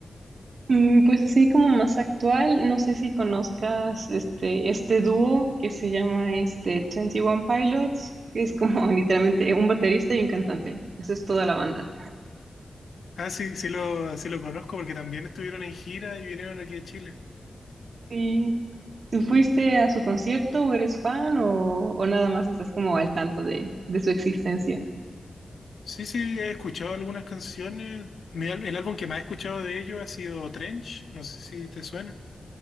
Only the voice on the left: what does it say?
Ah, sí, sí lo, sí lo conozco porque también estuvieron en gira y vinieron aquí a Chile.
Sí, sí, he escuchado algunas canciones. Mi al- el álbum que más he escuchado de ellos ha sido Trench, no sé si te suena.